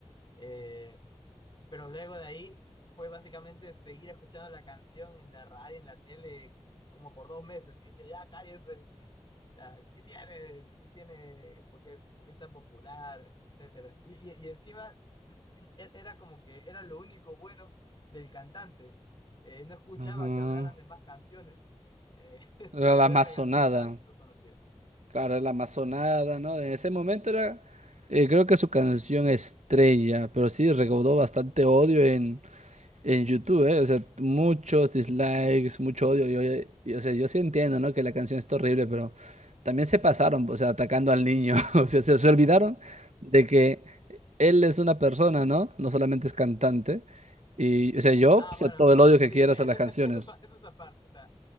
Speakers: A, on the left; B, on the right.
A: Eh, Pero luego de ahí fue básicamente seguir escuchando la canción en la radio, en la tele, como por dos meses. Y yo decía, ya cállense, ya, ¿qué tiene? ¿Qué tiene? ¿Por qué es, por qué es tan popular? Etcétera. Y, y- y encima e- era como que era lo único bueno del cantante. Eh, no escuchaba
B: Ajá.
A: que hablaran de más canciones. eh, <laughs> solo
B: Era la
A: por
B: amazonada.
A: esa canción se estaba haciendo conocido.
B: Claro, era la amazonada, ¿no? En ese momento era, eh, creo que su canción estrella, pero sí recaudó bastante odio en. En YouTube, ¿eh? O sea, muchos dislikes, mucho odio. Yo, yo- y, o sea, yo sí entiendo, ¿no? Que la canción está horrible, pero también se pasaron, o sea, atacando al niño. <laughs> O sea, se, se olvidaron de que él es una persona, ¿no? No solamente es cantante. Y, o sea, yo,
A: Ah,
B: o sea,
A: bueno,
B: todo
A: no,
B: el odio
A: sí,
B: que quieras
A: e-
B: a
A: e-
B: las canciones.
A: e- eso es, eso es aparte. O sea,